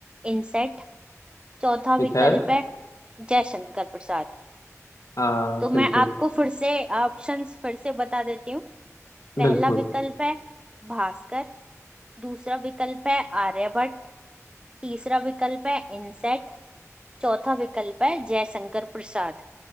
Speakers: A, on the right; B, on the left.
A: इनसेट चौथा
B: ठीक
A: विकल्प
B: है
A: है जयशंकर प्रसाद
B: आ,
A: तो मैं
B: बिल्कुल
A: आपको फिर से ऑप्शंस फिर से बता देती हूँ पहला
B: बिल्कुल
A: विकल्प है भास्कर दूसरा विकल्प है आर्यभट्ट तीसरा विकल्प है इनसेट चौथा विकल्प है जयशंकर प्रसाद